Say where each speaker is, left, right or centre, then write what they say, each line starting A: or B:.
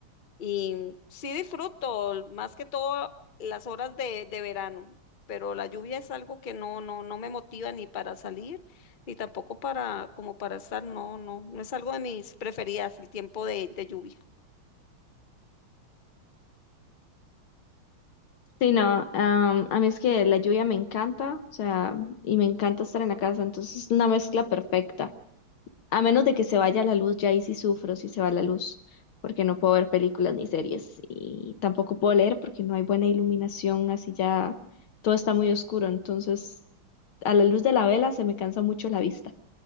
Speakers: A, on the left (about 55°); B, on the left (about 70°).
A: Y sí disfruto más que todo las horas de, de verano, pero la lluvia es algo que no, no, no me motiva ni para salir, ni tampoco para, como para estar, no, no, no es algo de mis preferidas, el tiempo de, de lluvia.
B: Sí, no, am, a mí es que la lluvia me encanta, o sea, y me encanta estar en la casa, entonces es una mezcla perfecta. A menos de que se vaya la luz, ya ahí sí sufro si se va la luz, porque no puedo ver películas ni series y tampoco puedo leer porque no hay buena iluminación, así ya todo está muy oscuro, entonces a la luz de la vela se me cansa mucho la vista.